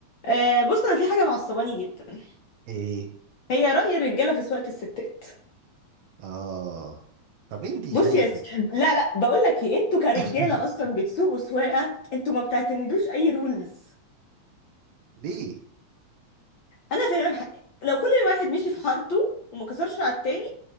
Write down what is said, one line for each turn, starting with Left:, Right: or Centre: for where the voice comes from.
Left: آه بص انا في حاجه معصباني جدا
Right: ايه
Left: هي راي الرجاله في سواقه الستات
Right: اه طب انت شايفة
Left: بص يا ستي لا لا بقول لك ايه انتوا كرجاله
Right: <laughs>
Left: اصلا بتسوقوا سواقه انتوا ما بتعتمدوش اي رولز
Right: ليه
Left: انا فعلا ح- لو كل واحد مشي في حارته وما كسرش على التاني